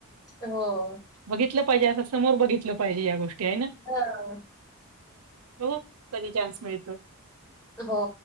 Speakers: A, on the left (about 15°); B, on the right (about 85°).
A: हो.
B: बघितलं पाहिजे असं समोर बघितलं पाहिजे या गोष्टी हाय ना?
A: हां
B: हो. कधी चान्स मिळतो?
A: हो.